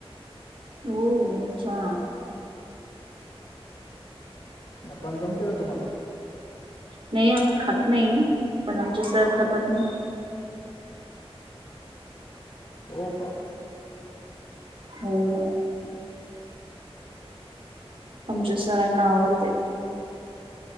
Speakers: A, on the right (about 60°); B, on the left (about 50°).
A: हो अच्छा
B: म पान जमते का तुम्हाला
A: नाही आम्ही खात नाही पण आमचे सर खातात ना
B: हो का
A: हो ना आमच्या सरांना आवरते